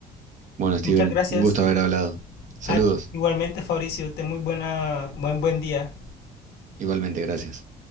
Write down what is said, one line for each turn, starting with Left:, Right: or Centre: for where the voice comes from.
Right: Bueno, Steven,
Left: Muchas gracias.
Right: un gusto haber hablado. Saludos,
Left: Ah, igualmente, Fabricio, ten muy buena, buen, buen día.
Right: igualmente, gracias.